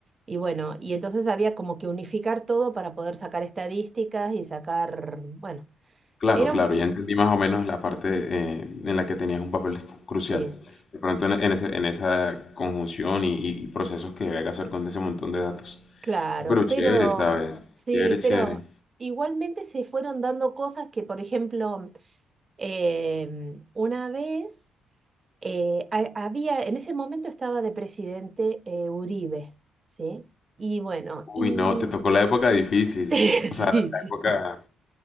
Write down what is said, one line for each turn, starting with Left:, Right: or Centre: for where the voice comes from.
Right: Y bueno, y entonces había como que unificar todo para poder sacar estadísticas y sacar, bueno,
Left: Claro,
Right: era
Left: claro,
Right: un...
Left: ya entendí más o menos la parte eh, en la que tenías un papel crucial.
Right: Sí,
Left: De pronto en, en ese- en esa conjunción y, y- y procesos que debe hacer con ese montón de datos.
Right: claro,
Left: Pero chévere,
Right: pero
Left: ¿sabes?
Right: sí,
Left: Chévere, chévere.
Right: pero igualmente se fueron dando cosas que, por ejemplo, em, una vez... eh, ha- había, en ese momento estaba de presidente eh, Uribe, ¿sí? Y bueno,
Left: Uy,
Right: y
Left: no, te tocó la época difícil.
Right: <laughs> sí,
Left: O sea, la
Right: sí.
Left: época...